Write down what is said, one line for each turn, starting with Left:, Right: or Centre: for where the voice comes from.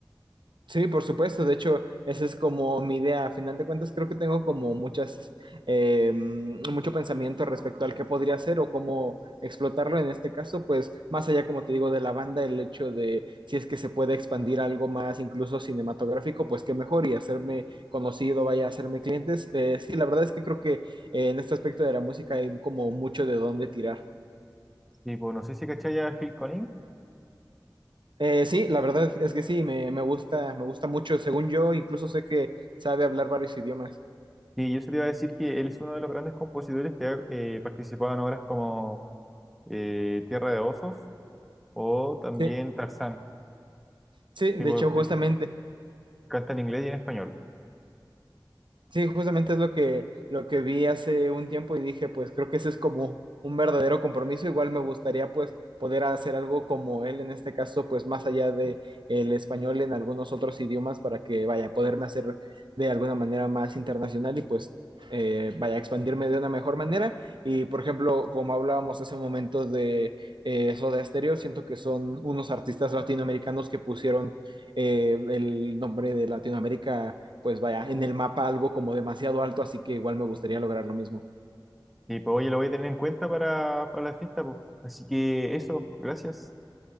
Right: sí, por supuesto, de hecho, esa es como mi idea. A final de cuentas, creo que tengo como muchas, eh, mm, mucho pensamiento respecto al que podría hacer o cómo explotarlo. En este caso, pues más allá, como te digo, de la banda, el hecho de si es que se puede expandir algo más, incluso cinematográfico, pues qué mejor y hacerme conocido, vaya a hacerme clientes. Eh, sí, la verdad es que creo que eh, en este aspecto de la música hay como mucho de dónde tirar.
Centre: Y pues no sé si cachai a Phil Collins,
Right: Eh, sí, la verdad es que sí, me, me gusta, me gusta mucho. Según yo, incluso sé que sabe hablar varios idiomas.
Centre: y yo se te iba a decir que él es uno de los grandes compositores que ha eh, participado en obras como eh, Tierra de Osos o también
Right: Sí,
Centre: Tarzán.
Right: sí, de
Centre: Y pues,
Right: hecho, justamente
Centre: él canta en inglés y en español.
Right: Sí, justamente es lo que, lo que vi hace un tiempo y dije, pues creo que ese es como un verdadero compromiso. Igual me gustaría pues poder hacer algo como él, en este caso, pues más allá de el español en algunos otros idiomas para que vaya, poderme hacer de alguna manera más internacional y pues eh, vaya a expandirme de una mejor manera. Y por ejemplo, como hablábamos hace un momento de eh, Soda Stereo, siento que son unos artistas latinoamericanos que pusieron eh, el nombre de Latinoamérica pues vaya, en el mapa algo como demasiado alto, así que igual me gustaría lograr lo mismo.
Centre: Y pues oye, lo voy a tener en cuenta para, para la fiesta, pues. Así que eso, gracias.